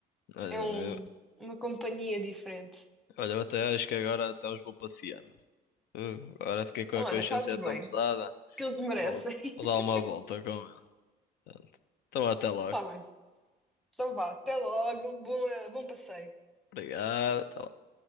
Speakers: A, on the left; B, in the centre.
A: Olha,
B: É um,
A: eu,
B: uma companhia diferente.
A: olha, eu até acho que agora até os vou passear. mano. Uh, agora fiquei com
B: Então,
A: a consciência
B: olha, fazes
A: tão
B: bem,
A: pesada.
B: que eles merecem.
A: Vou, vou dar uma
B: <laughs>
A: volta com ele. Pronto. Então até logo.
B: Tá bem. Então vá, até logo, bom, eh, bom passeio.
A: Obrigado. até